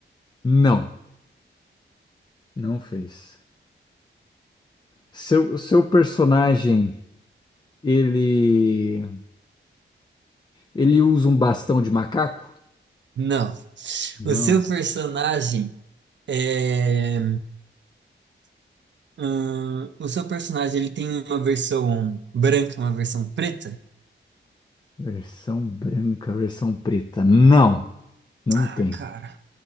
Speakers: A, on the left; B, on the right.
A: Não, não fez. Seu, seu personagem, ele, ele usa um bastão de macaco?
B: Não.
A: Não.
B: O seu personagem é. hum, o seu personagem, ele tem uma versão branca e uma versão preta?
A: Versão branca, versão preta. Não, não
B: Ah,
A: tem.
B: cara.